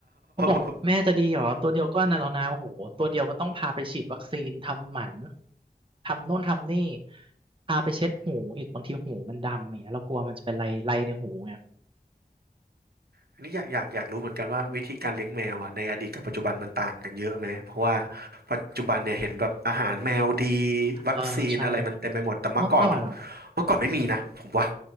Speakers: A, on the right (about 30°); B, on the right (about 70°).
A: เขาบอกแม่จะดีเหรอตัวเดียวก็น่ะแล้วนะโอ้โหตัวเดียวก็ต้องพาไปฉีดวัคซีนทำหมัน
B: ว
A: ทำโน่นทำนี่พาไปเช็ดหูอีกบางทีหูมันดำอย่างเงี้ยเรากลัวมันจะเป็นไรไรในหูไง
B: อืมอันนี้อยากอยากอยากรู้เหมือนกันว่าวิธีการเลี้ยงแมวอะในอดีตกับปัจจุบันมันต่างกันเยอะไหมเพราะว่าปัจจุบันเนี่ยเห็นแบบอาหารแมวดีวัคซีนอะไรมันเต็มไปหมดแต่เมื่อก่อนมัน
A: เออใช่เมื่อก่อนอ่ะ
B: เมื่อก่อนไม่มีนะผมว่า